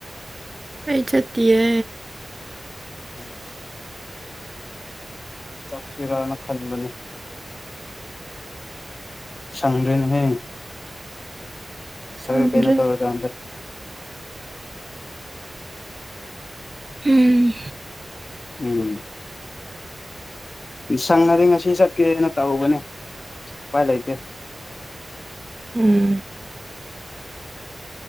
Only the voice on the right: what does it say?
ꯑꯩꯏ ꯆꯠꯇꯤꯌꯦ
ꯁꯪꯗ꯭ꯔꯦ
ꯎꯝ
ꯎꯝ